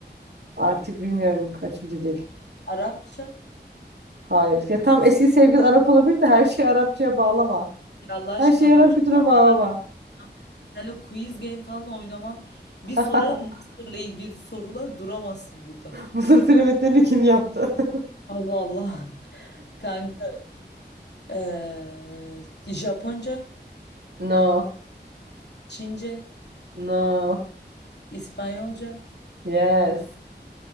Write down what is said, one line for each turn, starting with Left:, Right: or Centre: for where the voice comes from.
Right: Artık bilmiyorum kaçıncı dil.
Left: Arapça.
Right: Hayır. Ya tam eski sevgilin Arap olabilir de her şeyi Arapçaya bağlama.
Left: Ya Allah aşkına
Right: Her şeyi Arap
Left: bak şunu
Right: kültürüne bağlama.
Left: hatırlatıp da seninle quiz game falan oynamam.
Right: <laughs>
Left: Bir sorarım Mısır'la ilgili sorular duramazsın burada.
Right: Mısır piramitlerini kim yaptı? <laughs>
Left: Allah Allah. <laughs> Kanka. ee, Japonca,
Right: No.
Left: Çince,
Right: No.
Left: İspanyolca.
Right: Yes.